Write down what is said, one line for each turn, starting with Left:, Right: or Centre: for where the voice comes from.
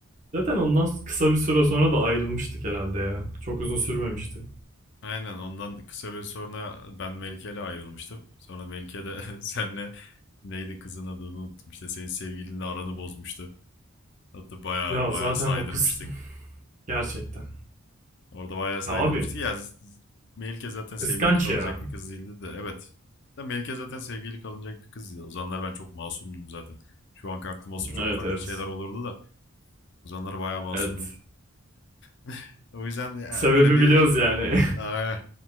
Right: Zaten ondan kısa bir süre sonra da ayrılmıştık herhalde ya. Çok uzun sürmemişti.
Left: Aynen ondan kısa bir sonra ben Melike ile ayrılmıştım. Sonra Melike de <laughs> senle neydi kızın adını unuttum işte senin sevgilinle aranı bozmuştu. Hatta baya
Right: Ya
Left: baya
Right: zaten
Left: saydırmıştık.
Right: o kız <laughs> gerçekten.
Left: Orada bayağı saydırmıştı.
Right: Ya abi
Left: Ya Melike zaten sevgili
Right: kıskanç
Left: kalınacak
Right: ya.
Left: bir kız değildi de evet. Da Melike zaten sevgili kalınacak bir kız O zamanlar ben çok masumdum zaten. Şu anki aklım olsa çok
Right: Evet
Left: farklı
Right: evet.
Left: şeyler olurdu da o zamanlar bayağı masumdum.
Right: Evet.
Left: <laughs> O yüzden
Right: Sebebi
Left: öyle bir
Right: biliyoruz yani.
Left: eh,